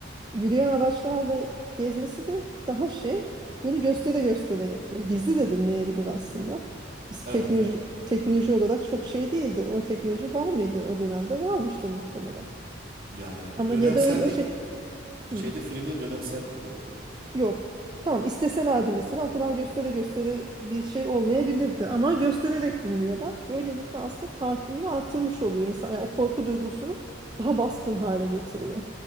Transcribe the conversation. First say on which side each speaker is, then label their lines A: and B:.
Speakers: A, on the right; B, on the right.
A: yürüyen araçlarla gezmesi de daha şey bunu göstere göstere yapıyor. Gizli de dinleyebilir aslında. Biz teknoloji
B: evet.
A: teknoloji olarak çok şey değildir. O teknoloji var mıydı o dönemde? Varmıştır muhtemelen.
B: Yani
A: Ama
B: dönemsellik
A: ya da öyle o şey
B: şeyde
A: Hı,
B: filmde dönemsellik yok.
A: yok. Tamam isteselerdi mesela o kadar göstere göstere bir şey olmayabilirdi. Ama göstererek dinliyorlar. Böylelikle aslında tahakkümünü artırmış oluyor insan. Yani o korku duygusunu daha baskın hale getiriyor.